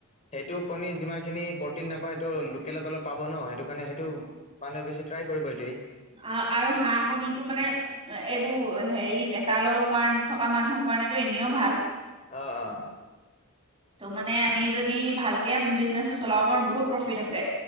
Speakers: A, on the left; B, on the right.
A: সেইটো কণ যিমান খিনি প্ৰ নাপায়টো ল পাব ন। সেইটো কাৰণে সেইটো মানে বেছি ট্ৰাই কৰিব এইটোৱেই।
B: অ' আৰু হাঁহ কণীটো মানে, এইবোৰ হেৰি প্ৰেছাৰ লও কাৰ থকা মানুহৰ কাৰণেতো এনেও ভাল।
A: অ, অ।
B: ত' মানে আমি যদি ভালকে আমি বিজনেচটো চলাব পাৰো বহুত প্ৰফিট আছে।